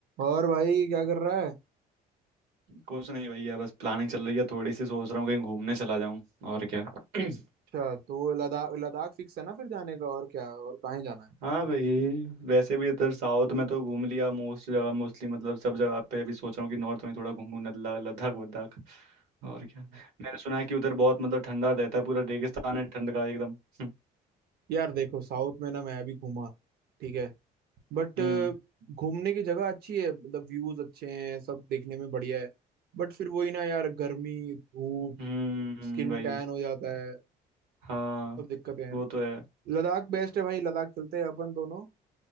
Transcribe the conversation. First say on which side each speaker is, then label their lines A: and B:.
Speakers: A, on the right; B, on the right.
A: और भाई क्या कर रहा है
B: कुछ नहीं भैया बस प्लानिंग चल रही है थोड़ी सी सोच रहा हूँ कहीं घूमने चला जाऊं और क्या <clears throat>
A: अच्छा तो वो लद्दाख लद्दाख फिक्स है ना फिर जाने का और क्या और कहाँ जाना है
B: हाँ भाई वैसे भी इधर साउथ में तो घूम लिया मोस्ट जगह मोस्टली मतलब सब जगह पे अभी सोच रहा हूँ कि नॉर्थ में थोड़ा घूमूं नल्ला लद्दाख वद्दाख
A: हम्म।
B: और क्या मैंने सुना है कि उधर बहुत मतलब ठंडा रहता है पूरा रेगिस्तान है ठंड का एकदम <laughs>
A: यार देखो साउथ में ना मैं अभी घूमा ठीक है बट
B: हम्म
A: घूमने की जगह अच्छी है मतलब व्यूज अच्छे हैं सब देखने में बढ़िया है बट फिर वही ना यार गर्मी धूप
B: हम्म हम्म,
A: स्किन
B: भाई
A: टैन हो जाता है
B: हाँ
A: सब दिक्कतें हैं
B: वो तो है
A: लद्दाख बेस्ट है भाई लद्दाख चलते हैं अपन दोनों